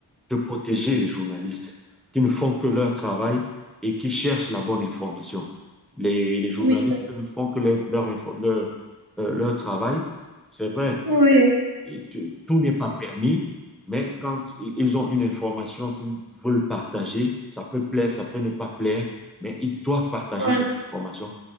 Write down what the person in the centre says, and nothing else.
de protéger les journalistes qui ne font que leur travail et qui cherchent la bonne information. Les, les journalistes
ne font que leur, leur, info- leur, euh, leur travail. C'est vrai,
et tout tout n'est pas permis, mais quand i- ils ont une information qu'ils veulent partager, ça peut plaire, ça peut ne pas plaire, mais ils doivent partager
cette
information.